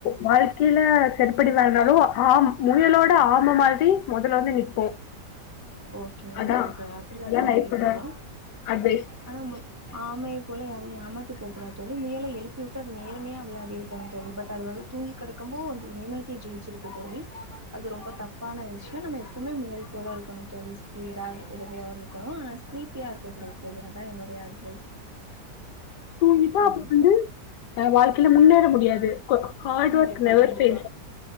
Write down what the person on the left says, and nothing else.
வாழ்க்கைல செருப்படி வாங்குனாலு ஆம் முயலோட ஆம மாதிரி மொதல்ல வந்து நிப்போ
அதா
அதா
லைஃபோட
அட்வைஸ்
நிப்பா அப்ப
பேரு அ வாழ்க்கைல முன்னேற முடியாது கோ ஹார்ட்
ஒர்க் நெவர்
பேல்ஸ்